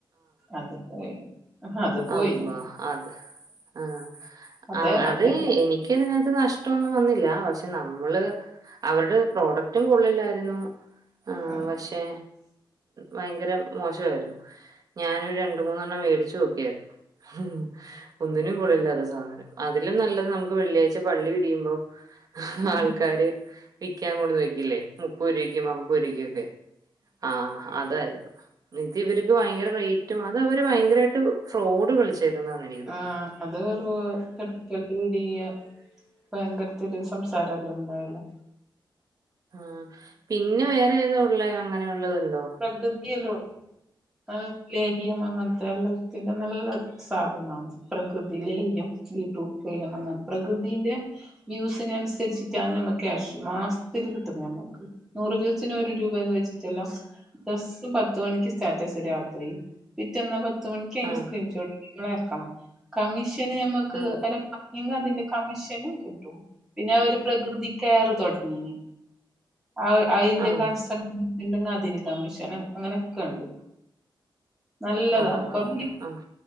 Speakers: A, in the centre; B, on the right (about 45°).
A: അത് പോയി അത് പോയിന്
B: അള്ളാ അത് ആഹ!
A: അത
B: ആഹ! അത്
A: അതല്ല
B: എനി- ക്ക് എനിക്കതിനകത്ത് നഷ്ടൊന്നും വന്നില്ല പക്ഷെ നമ്മള്- അവരുടെ പ്രോഡക്റ്റും കൊള്ളില്ലായിരുന്നു ആഹ്
A: ആ..
B: പക്ഷെ ഭയങ്കര! മോശമായിരുന്നു ഞാന് ഒരു രണ്ടു മൂന്നെണ്ണം മേടിച്ച് നോക്കിയായിരുന്നു <unintelligible> എരിവും പുളിയും സാധനം അതിലും നല്ലത് നമുക്ക് വെള്ളിയാഴ്ച പള്ളി പിരിയുമ്പോ
A: ആഹ്
B: ആൾക്കാര് വിക്കാൻ കൊണ്ട്ന്ന് വെക്കില്ലേ മുപ്പരൂപക്കും അമ്പരയ്ക്കും ഒക്കെ ആഹ് അതായിരുന്നു ത് ഇവർക്ക് ഭയങ്കര റേറ്റും അത് അവര് ഭയങ്കരായിട്ട് ഫ്രോഡ് കളിച്ചേക്കുന്നാന്ന എനിക്ക് തോന്നുന്നത്
A: ആഹ് അത് വെറും <unintelligible> ഇടിയ്യാ ഭയങ്കരത്തില് സംസാരല്ലം ഉണ്ടാവല്
B: ആഹ് പിന്നെ വേറെ ഏതാ ഉള്ളെ അങ്ങനെ ഉള്ളത്ണ്ടോ
A: പ്രഗൃതി എല്ലം ഉണ്ട് നല്ല ലേഹിയം അങ്ങൻത്തെഎല്ലം ന്റെ നല്ല സാധനാണ് പ്രകൃതി ലേഹ്യം വീട്ട്റൂട്ട് ലേഹ്യം അങ്ങ പ്രകൃതിന്റെ വ്യൂസിനനുസരിച്ചിട്ടാണ് നമ്മക്ക് ക്യാഷ് മാസത്തിൽ കിട്ടുന്ന് നമക്ക് നൂറ് വ്യൂസിന് ഒരു രൂപയന്ന് വെച്ചിട്ടല്ലോ ദിവസ്സം പത്ത്മണിക്ക് സ്റ്റാറ്റസ് രാത്രി പിറ്റന്നാ പത്ത് മണിക്ക് അയിനെ
B: ആഹ്
A: സ്ക്രീന്ഷോട്ട് വെക്കണം കമ്മീഷന് നമ്മക്ക്
B: ആഹ്
A: പറഞ്ഞങ്ങ് അതിന്റെ കമ്മീഷനും കിട്ടും പിന്നെ ഒര് പ്രകൃതി കയറ് തുടങ്ങീനി ആഹ് അതിന്റെ
B: ആഹ്
A: <unintelligible> അതിന് കമ്മിശനം അങ്ങനോക്ക ണ്ട് നല്ലതാണ്
B: ആഹ്
A: കുറഞ്ഞെ
B: ആഹ്